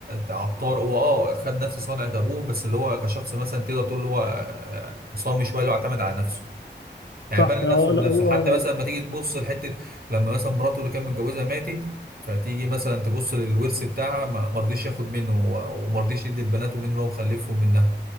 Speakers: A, on the right; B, on the left.
A: عطار هو أه خد نفس صنعة أبوه بس اللي هو كشخص مثلا تقدر تقول اللي هو آه، صامي شوية اللي هو اعتمد على نفسه يعني
B: صح
A: بنى
B: اه
A: نفسه
B: لا
A: بنفسه
B: هو
A: حتى مثلا لما تيجي تبص لحته لما مثلا مراته اللي كان متجوزها ماتت فتيجي مثلا تبص للورث بتاعها ما ما رضيش ياخد منه و- وما رضيش يدي لبناته منه لو مخلفهم منها